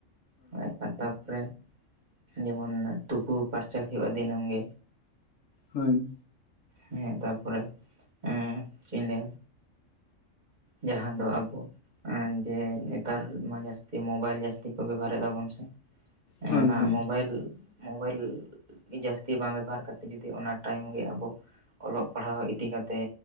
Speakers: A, on the right; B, on the left.
A: ᱦᱳᱭ᱾ ᱛᱟᱯᱚᱨᱮ ᱡᱮᱢᱚᱱ ᱛᱩᱯᱩ ᱯᱷᱟᱨᱪᱟ ᱦᱩᱭᱩᱜᱼᱟ ᱫᱤᱱᱟᱹᱢ ᱜᱮ᱾
B: ᱦᱳᱭ᱾
A: ᱦᱮᱸ ᱛᱟᱯᱚᱨᱮ ᱮᱸ ᱪᱮᱸᱜ ᱤᱧ ᱞᱟᱹᱭᱟ? ᱡᱟᱦᱟᱸ ᱫᱚ ᱟᱵᱚ ᱟ ᱡᱮ ᱱᱮᱛᱟᱨ ᱢᱟ ᱡᱟᱥᱛᱤ ᱢᱳᱵᱟᱭᱤᱞ ᱡᱟᱥᱛᱤ ᱠᱚ ᱵᱮᱵᱚᱦᱟᱨ ᱮᱫᱟᱵᱚᱱ ᱥᱮ᱾ ᱮᱸ
B: ᱦᱳᱭ
A: ᱚᱱᱟ
B: ᱦᱳᱭ
A: ᱢᱳᱵᱟᱭᱤᱞ ᱢᱳᱵᱟᱭᱤᱞ ᱡᱟᱥᱛᱤ ᱵᱟᱝ ᱵᱮᱵᱚᱦᱟᱨ ᱠᱟᱛᱮ ᱡᱩᱫᱤ ᱚᱱᱟ ᱴᱟᱭᱤᱢ ᱜᱮ ᱟᱵᱚ ᱚᱞᱚᱜ ᱯᱟᱲᱦᱟᱣ ᱤᱫᱤ ᱠᱟᱛᱮ